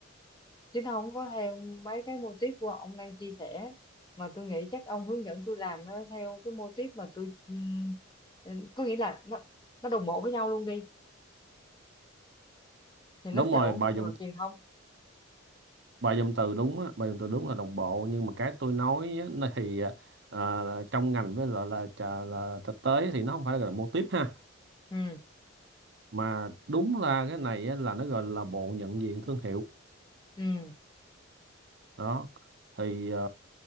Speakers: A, on the left; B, on the right.
A: chứ không có theo mấy cái mô típ của ông đang chia sẻ mà tôi nghĩ chắc ông hướng dẫn tôi làm nó theo cái mô típ mà tôi ừm, ừm, có nghĩa là nó nó đồng bộ với nhau luôn đi thì nó
B: đúng
A: sẽ
B: rồi
A: ổn
B: bà
A: hơn
B: dùng
A: về mặt truyền thông
B: bà dùng từ đúng á bà dùng từ đúng là đồng bộ nhưng mà cái tôi nói á, nó thì ờ, ờ, trong ngành với lại là, là, là thực tế thì nó không phải là, gọi là mô típ ha
A: ừ
B: mà đúng là cái này á, là nó gọi là bộ nhận diện thương hiệu
A: ừ
B: đó thì ờ,